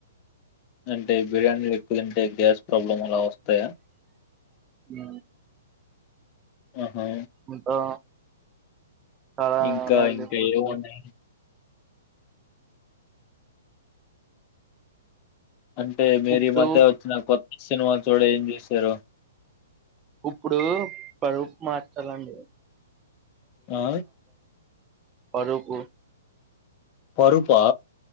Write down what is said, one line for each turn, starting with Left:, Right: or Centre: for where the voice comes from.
Left: అంటే బిర్యానీ ఎక్కు తంటే గ్యాస్ ప్రాబ్లం అలా వస్తాయా
Right: మ్
Left: ఆహా
Right: ఉంటా చానా
Left: ఇంకా
Right: ఉంది
Left: ఇంకా
Right: ఫుడ్డు
Left: ఏమున్నాయి అంటే మరీ
Right: ఇప్పుడు
Left: మధ్య వచ్చిన కొత్త సినిమాలో చూడ ఏం చేశారు
Right: ఇప్పుడు పరుపు మార్చాలండి
Left: ఆ
Right: పరుపు
Left: పరుపా